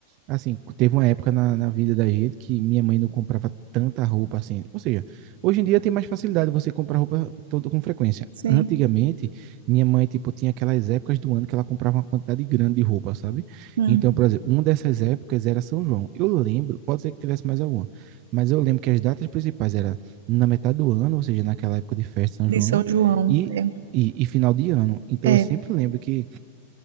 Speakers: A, on the right; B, on the right.
A: Assim, teve uma época na, na vida da gente que minha mãe não comprava tanta roupa assim. Ou seja, hoje em dia tem mais facilidade você comprar roupa toda com frequência.
B: Sim.
A: Antigamente, minha mãe, tipo, tinha aquelas épocas do ano que ela comprava uma quantidade grande de roupa, sabe?
B: Hum,
A: Então, por exemplo, uma dessas épocas era São João. Eu lembro, pode ser que tivesse mais alguma, mas eu lembro que as datas principais era na metade do ano, ou seja, naquela época de festa de São
B: de
A: João,
B: São João,
A: e,
B: é.
A: e, e final de ano. Então,
B: É.
A: eu sempre lembro que